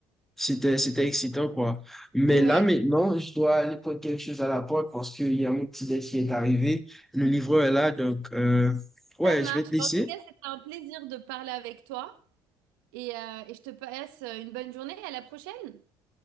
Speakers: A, in the centre; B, on the right (about 80°).
A: c'était, c'était excitant, quoi. Mais
B: Ouais,
A: là, maintenant, je dois aller prendre quelque chose à la porte parce qu'il y a mon petit déj qui est arrivé. Le livreur est là, donc, euh, ouais,
B: ça marche.
A: je vais te laisser.
B: Bon, en tout cas, c'était un plaisir de parler avec toi et, euh, et je te passe une bonne journée. À la prochaine.